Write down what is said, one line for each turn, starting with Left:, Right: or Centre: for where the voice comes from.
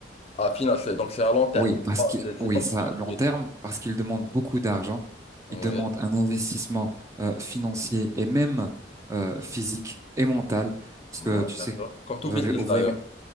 Left: Ah, final, c'est donc c'est à long terme.
Right: Oui, parce
Left: Ah,
Right: que,
Left: C'est
Right: oui,
Left: c'est pas pour
Right: ça,
Left: tout de
Right: long
Left: suite.
Right: terme, parce qu'il demande beaucoup d'argent.
Left: Oui,
Right: Il demande un investissement euh, financier et même euh, physique et mental. Parce
Left: ouais,
Right: que tu
Left: bien
Right: sais,
Left: sûr. Comme tout
Right: je
Left: business
Right: vais ouvrir,
Left: d'ailleurs.